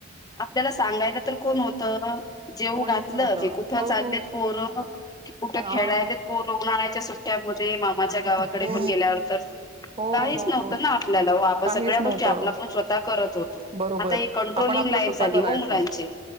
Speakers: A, on the left (about 20°); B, on the right (about 25°).
A: आपल्याला सांगायला तर कोण होतं. जेव
B: कोणीच
A: घातलं
B: नव्हतं.
A: की कुठं
B: हो,
A: चाललेत
B: हो.
A: पोरं कुठं
B: हां.
A: खेळायला पो उन्हाळ्याच्या सुट्ट्यामध्ये मामाच्या गावाकडे
B: हो,
A: पण गेल्यावर तर
B: हो,
A: काहीच
B: हो,
A: नव्हतं
B: हो.
A: ना आपल्याला ओ आपण
B: काहीच
A: सगळ्या
B: नव्हतं.
A: गोष्टी आपल्या पण स्वतः करत होतो.
B: बरोबर
A: आता ही कंट्रोलिंग
B: आपण आपलं
A: लाईफ
B: स्वतः
A: झाली
B: करायच.
A: हो मुलांची.